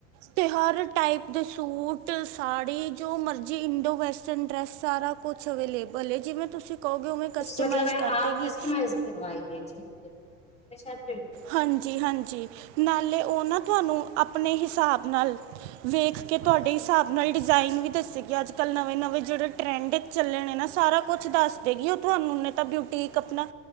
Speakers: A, on the right; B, on the left.
A: ਤਿਉਹਾਰ ਟਾਈਪ ਦੇ ਸੂਟ ਸਾੜੀ ਜੋ ਮਰਜ਼ੀ ਇੰਡੋ ਵੈਸਟਰਨ ਡਰੈੱਸ ਸਾਰਾ ਕੁਛ ਅਵੇਲੇਬਲ ਹੈ ਜਿਵੇਂ ਤੁਸੀਂ ਕਹੋਗੇ ਉਵੇਂ ਕਸਟਮਾਈਜ਼
B: ਮਤਲਬ
A: ਕਰ
B: ਆਪ
A: ਦੇਗੀ।
B: ਕਸਟਮਾਈ ਕਰਵਾਈਏ ਠੀਕ ਜੀ।
A: ਹਾਂਜੀ-ਹਾਂਜੀ ਨਾਲੇ ਉਹ ਨਾ ਤੁਹਾਨੂੰ ਆਪਣੇ ਹਿਸਾਬ ਨਾਲ ਵੇਖ ਕੇ ਤੁਹਾਡੇ ਹਿਸਾਬ ਨਾਲ ਡਿਜ਼ਾਇਨ ਵੀ ਦੱਸੇ ਗਿਆ ਅੱਜ ਕੱਲ੍ਹ ਨਵੇਂ ਨਵੇਂ ਜਿਹੜੇ ਟਰੈਂਡ ਚੱਲਣੇ ਨਾ ਸਾਰਾ ਕੁਛ ਦੱਸ ਦੇ ਉਹ ਤੁਹਾਨੂੰ ਤਾਂ ਬਿਊਟੀਕ ਆਪਣਾ